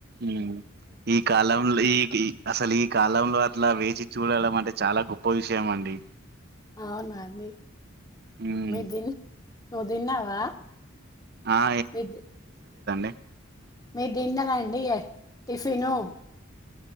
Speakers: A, on the right; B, on the left.
A: ఉం ఈ కాలంలో ఈ అసలు ఈ కాలంలో అట్లా వేచి చూడడం అంటే చాలా గొప్ప విషయం అండి
B: అవునా అండి
A: ఉమ్
B: మీదిన్ నువ్ తిన్నావా
A: ఆ
B: మీ
A: <inaudible>
B: మీ దిన్నరాండి టిఫిను